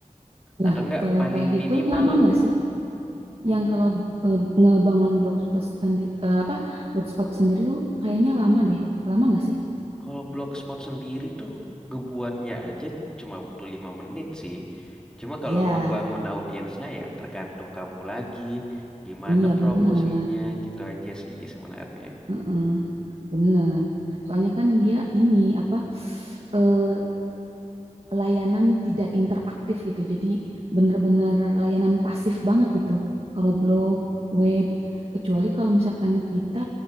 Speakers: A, in the centre; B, on the right (about 45°).
A: Atau
B: Lah,
A: enggak
B: kalau
A: paling
B: kayak gitu
A: minimal
B: lama nggak sih
A: hmm,
B: Yang kalau eh, ngebangun blogspot sendiri, apa blogspot sendiri tuh kayaknya lama deh. Lama nggak sih?
A: kalau blogspot sendiri tuh ngebuatnya aja cuma butuh lima menit sih. Cuma
B: Iya,
A: kalau ngebangun audiensnya ya tergantung kamu lagi, gimana
B: iya
A: promosinya
B: bener,
A: gitu aja sih sebenarnya.
B: Heeh, bener. Soalnya kan dia ini apa eh, layanan tidak interaktif gitu. Jadi bener-bener layanan pasif banget gitu. Kalau blog, web, kecuali kalau misalkan kita